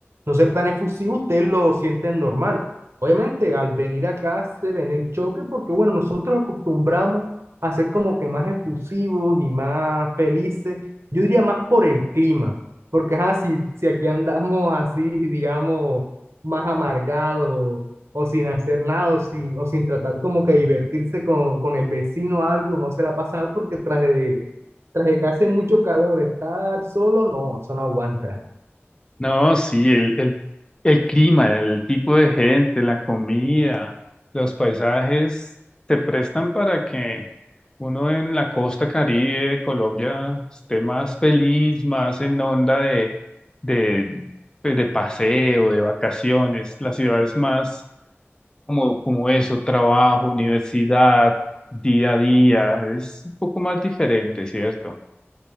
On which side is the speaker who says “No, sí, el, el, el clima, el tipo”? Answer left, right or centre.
Left